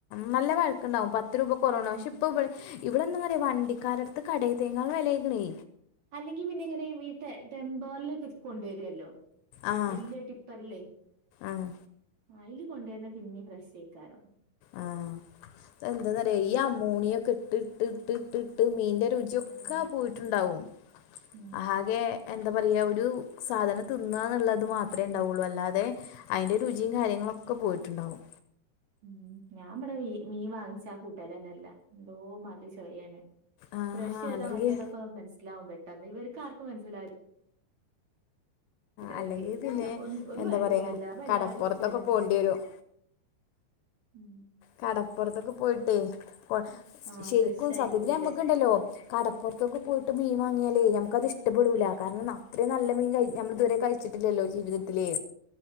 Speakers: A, on the left; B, on the right.
A: നല്ല പഴക്കുണ്ടാവും പത്ത് രൂപ കുറവ
B: ആഹ്
A: പക്ഷെ ഇപ്പൊ ഇ. ഇവിടെ എന്താ പറയാ വണ്ടിക്കാര അടുത്ത് കടയിൽ തേങ്ങൾ വിലക്കണേ.
B: അല്ലെങ്കിൽ പിന്നെ ഇങ്ങനെ ഈ ടെ ടെമ്പോള കൊണ്ടുവരുല്ലോ.
A: ആഹ്
B: വല്ല്യ ടിപ്പർല്ലേ.
A: ആഹ്
B: ആഹ് അതില് കൊണ്ടുവരന്ന പിന്നെ ഫ്രഷ് എക്കാരം
A: ആഹ എന്താറയാ ഈ അമോണിയ ഒക്കെ ഇട്ട് ഇട്ട് ഇട്ട് ഇട്ട് ഇട്ട് മീന്റെ രുചി.
B: അതന്നെ
A: ഒക്കെ പോയിട്ടുണ്ടാവും
B: ഉം ഉം
A: ആകെ. എന്താ പറയുക ഒരു സാധനം തിന്നുക എന്നുള്ളത് മാത്രമേ ഉണ്ടാവുള്ളൂ അല്ലാതെ അതിൻന്റെ രുചിയും കാര്യങ്ങളൊക്കെ. ഒക്കെ പോയിട്ടുണ്ടാവും
B: ഉം ഞാൻ വടെ മീൻ വാങ്ങിച്ചാ കൂട്ടലന്നെല്ല എന്തോ മതി ചോയാണ്
A: ആഹ്
B: ഫ്രഷ് ഏതാ
A: അല്ലെങ്കിൽ
B: മറ്റേതൊക്കെ മനസിലാവും പെട്ടെന്ന്. ഇവർക്ക് ആർക്കും മനസ്സില കൂട്ടാരത്തിയെയ്
A: അല്ലെങ്കിൽ പിന്നെ
B: ന്ന ഒന്ന് ഒരു
A: എന്താ
B: പയക്കൂല്ലല്ലോ
A: പറയാ
B: പ്പല്ലാരും
A: കടപ്പുറത്തൊക്കെ
B: മീനങ്ങനെയ്
A: പോണ്ടി വരും
B: ഉം
A: കടപ്പുറത്തൊക്കെ പോയിട്ടേയ് കൊട
B: ആഹ്
A: ശരിക്കും
B: ഫ്രഷ് ആയിട്ട്
A: സത്യത്തിലമ്മക്ക്ണ്ടല്ലോ?
B: കിട്ടൂലേ
A: കടപ്പുറത്തൊക്കെ പോയിട്ട് മീൻ വാങ്ങിയാലയ് ഞമ്മക്കത്ഷ്ടപ്പെടൂല കാരണം അത്ര നല്ല മീൻ കഴ നമ്മളിത്വരെ കഴിച്ച ച്ചിട്ടില്ലല്ലോ ജീവിതത്തില്